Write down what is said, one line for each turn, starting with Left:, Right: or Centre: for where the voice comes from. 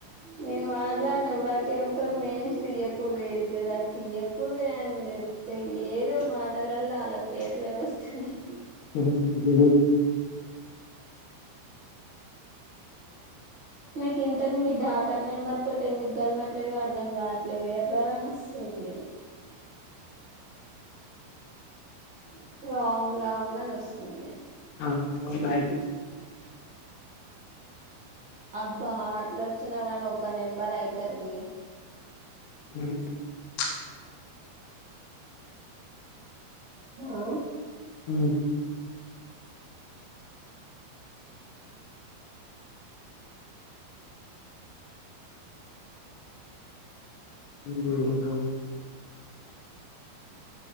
Right: నేను వాడలా నువ్వు ప్రతి ఒక్కరు నేమ్స్ తియ్యకుర్రి ఇ జరా తియ్య కుడదు అని చెప్తే ఏదో మాటలలో అలా పేర్లు వస్తున్నాయి
Left: <unintelligible>
Right: నేకిన్ మీ డాటర్ నెంబర్ తోటీ ఎందుకు గలవాట్ ట్లేదు అర్థం కాదు ఇట్లా ఎర్రర్ అని వాస్ తుంది రాంగ్ రాంగ్ <unintelligible> వస్తుంది
Left: అర్థమయ్యిందా ఇది
Right: అబ్బా అట్లొచ్చినా కానీ ఒక నెంబర్ అయితారు దీ
Left: <unintelligible>
Right: ఆ
Left: ఉ <unintelligible>